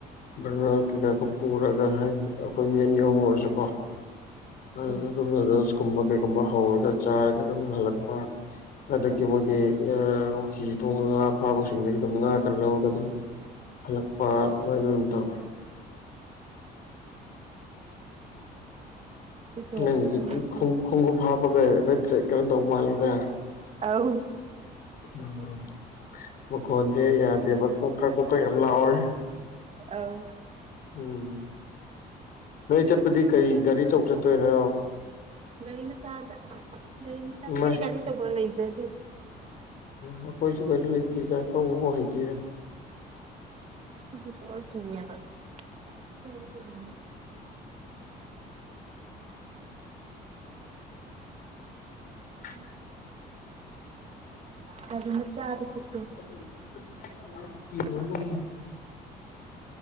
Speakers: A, on the left; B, on the right.
A: ꯕꯔꯅꯔ ꯀꯩꯀꯥ ꯈꯔ ꯄꯨꯔꯒ ꯍꯥꯏꯗꯤ ꯑꯩꯈꯣꯏ ꯃꯤ ꯑꯅꯤ ꯑꯍꯨꯝ ꯑꯣꯏꯔꯁꯨꯀꯣ ꯑꯗꯨꯗ
B: ꯎꯝ
A: ꯑꯗꯨꯝ ꯅꯨꯗꯜꯁꯀꯨꯝꯕ ꯀꯩꯒꯨꯝꯕ ꯍꯧꯔꯒ ꯆꯥꯔꯒ ꯑꯗꯨꯝ ꯍꯜꯂꯛꯄ ꯑꯗꯒꯤ
B: ꯎꯝ
A: ꯃꯣꯏꯒꯤ ꯍꯤ ꯊꯣꯡꯉꯒ ꯉꯥ ꯐꯥꯕꯁꯤꯡꯗꯒꯤ ꯑꯗꯨꯝ ꯉꯥ ꯈꯔ ꯂꯧꯔꯒ ꯑꯗꯨꯝ ꯍꯂꯛꯄ ꯂꯣꯏꯅ ꯑꯗꯨꯝ ꯇꯧꯏ
B: ꯁꯤ ꯇꯣꯡꯉꯁꯤ
A: ꯅꯪꯒꯤꯁ‌ꯦ ꯈꫭꯡꯎꯨꯞ ꯈꫭꯡꯎꯨꯞ ꯈꫭꯡꯎꯨꯞ ꯍꯥꯞꯄꯒ ꯅꯇꯇꯔ‌ꯦ ꯀꯩꯅꯣ ꯇꯧꯕ ꯃꯥꯜꯂꯤꯗ
B: ꯑꯥꯎ
A: ꯎꯝ ꯃꯈꯣꯟꯁꯦ ꯌꯥꯗꯦꯕ ꯀꯣꯛꯀ ꯀꯣꯛꯀꯥ ꯌꯥꯝ ꯂꯥꯎꯋꯦ
B: ꯑꯎꯧ
A: ꯎꯝ ꯅꯣꯏ ꯆꯠꯄꯗꯤ ꯀꯔꯤ
B: ꯃꯈꯦꯜ
A: ꯒꯥꯔꯤ ꯑꯆꯧꯕ ꯆꯠꯇꯣꯏꯔꯥ
B: ꯒꯥꯔꯤ ꯃꯆꯥꯗ ꯒꯥꯔꯤ ꯃꯆꯥꯗ
A: ꯏꯃꯥꯏ
B: ꯑꯈꫭꯏꯗꯤ ꯒꯥꯔꯤ ꯑꯆꯧꯕ ꯂꯩꯖꯗꯦ
A: ꯑꯩꯈꯣꯏꯁꯨ ꯀꯩꯁꯨ ꯂꯩꯇꯦꯗ ꯊꯧꯕꯐꯥꯎ ꯍꯩꯇꯦꯗ
B: ꯁꯤꯒꯤꯁꯔ ꯆꯤꯡꯉꯦꯕ <inaudible>
A: <inaudible>
B: ꯆꯥꯗꯨꯝ ꯃꯆꯕꯥ ꯆꯤꯠ
A: <unintelligible>